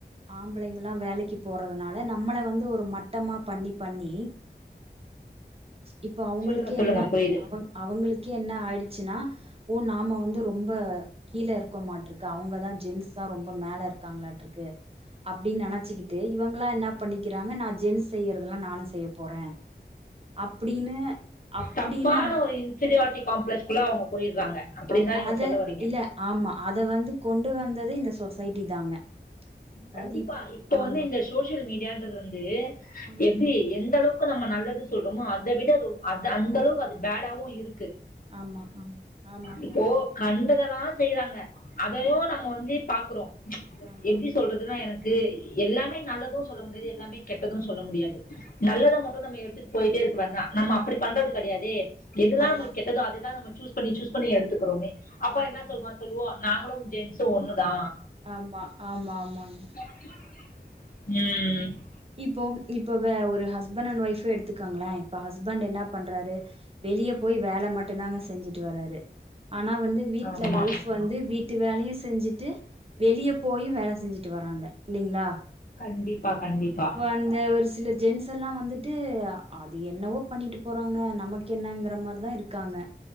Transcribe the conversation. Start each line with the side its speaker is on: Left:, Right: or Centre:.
Right: ஆம்பளைங்க எலா வேலைக்கு போறதுனால நம்மள வந்து ஒரு மட் மட்டமா பண்ணி பண்ணி இப்போ அவுங்களுக்கே
Left: சொல்லுங்க சொல்லுங்க
Right: என்ன
Left: புரியுது
Right: அவங் அவுங்களுக்கே என்ன ஆயிடுச்சினா ஓ நாம வந்து ரொம்ப கீழே இருக்க மாற்றுக்கு அவுங்கதா ஜென்ஸ் தா ரொம்ப மேல இருக்காங்களாட்ருக்கு அப்டின்னு நெனைச்சிக்கிட்டு இவுங்களா என்னா பண்ணிக்கிறாங்க நா ஜென்ஸ் செய்யறதெல்லா நானு செய்ய போறே அப்டின்னு அப்டின்னா
Left: தப்பான ஒரு இன் ஸ்பிரியாரிட்டி காம்ப்ளக்ஸ்குள்ள அவுங்க போயிறாங்க அப்டின்னு
Right: அம்
Left: தா நீங்க
Right: அத
Left: சொல்ல வரீங்க
Right: இல்ல ஆமா அத வந்து கொண்டு வந்ததே இந்த சொசைட்டி தாங்க அதாவது
Left: கண்டிப்பா
Right: இப்
Left: இப்ப
Right: ஆமா
Left: வந்து இந்த சோசியல் மீடியன்றது வந்து
Right: ம்
Left: எப்டி எந்த அளவுக் கு நம்ம நல்லது சொல்றோமோ அத விட ரொம் அத அந்த அளவுக்கு அது பேடாவு இருக்கு
Right: ஆமா ஆமா ஆமாங்க
Left: இப்போ
Right: ஆமா
Left: கண்டதெல்லா செய்றாங்க அதையு நம்ம வந்து பாக்குறோ
Right: ஆமா
Left: எப்டி சொல்றதுனா எனக்கு எல்லாமே நல்லது சொல்ல முடியாது எல்லாமே கெட்டது சொல்ல முடியாது நல்லத மட்டு நம்ம எடுத்துட் போயிட்டே இருக்க <unintelligible> நம்ம அப்டி பண்றது கெடையாதே எதுதா
Right: ஆமா
Left: நமக்
Right: ஆமா
Left: கெட்டதோ அததா நம்ம சூஸ் பண்ணி சூஸ் பண்ணி எடுத்துக்கறோமே அப்ப
Right: ஆமா
Left: என்ன
Right: ஆமா
Left: சொல்வா சொல்வோ சொல்லுவோ நாங்களு ஜென்ஸ்ம் ஒண்ணுதா
Right: ஆமா ஆமா ஆமாங்
Left: ம்
Right: இப்போ இப்ப வே ஒரு ஹஸ்பண்ட் அண்ட் ஒயஃப் எடுத்துக்கோங்களே இப்ப ஹஸ்பண்ட் என்ன பண்றாரு வெளிய போய் வேலை மட்டும்தாங்க செஞ்சிட்டு வராரு ஆனா வந்து வீட்டுல
Left: ஆமா
Right: ஒய்ஃப் வந்து வீட் விட்டு வேலையு செஞ்சிட்டு வெளியே போயு வேல செஞ்சிட்டு வராங்க இல்லலீங்களா
Left: கண்டிப்பா கண்டிப்பா
Right: அந்த ஒரு சில ஜென்ஸ்லாம் வந்துட்டு அது என்னவோ பண்ணிட்டு போறாங்க நமக்கு என்னங்கிற மாரி தா இருக்காங்க